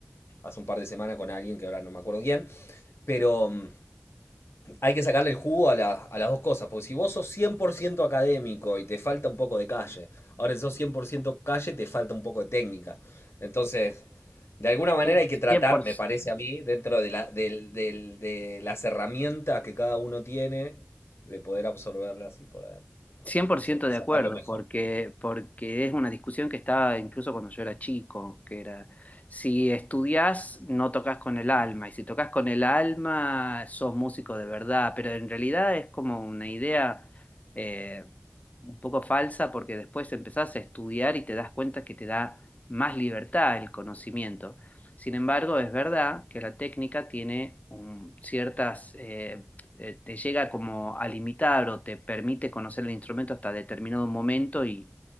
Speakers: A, on the left; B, on the left.
A: hace un par de semanas con alguien que ahora no me acuerdo quién, pero mm, hay que sacarle el jugo a, la- a las dos cosas, porque si vos sos 100% académico y te falta un poco de calle, ahora si sos 100% calle te falta un poco de técnica. Entonces, de alguna manera
B: 100%,
A: hay que tratar, me parece a mí, dentro de, la- del- del- de las herramientas que cada uno tiene, de poder absorberlas y poder,
B: cien por
A: no
B: ciento
A: sé,
B: de
A: sacarlo
B: acuerdo,
A: mejor.
B: porque, porque es una discusión que estaba incluso cuando yo era chico, que era, si estudias no tocas con el alma, y si tocas con el alma sos músico de verdad, pero en realidad es como una idea eh, un poco falsa porque después empezás a estudiar y te das cuenta que te da más libertad el conocimiento. Sin embargo, es verdad que la técnica tiene un- ciertas eh, eh, te llega como a limitar o te permite conocer el instrumento hasta determinado momento y,